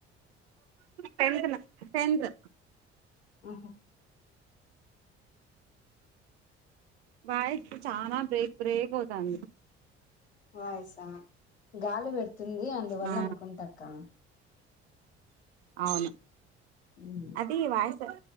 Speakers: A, on the right; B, on the left.
A: టెన్త్‌నా టెన్త్
B: ఆహా
A: వాయిస్ చానా బ్రేక్ బ్రేక్ అవుతాంది
B: వాయిసా గాలి పెడుతుంది అందువల్ల
A: ఆ
B: అనుకుంట అక్క
A: అవును
B: ఉమ్మ్
A: అది వాయస్సు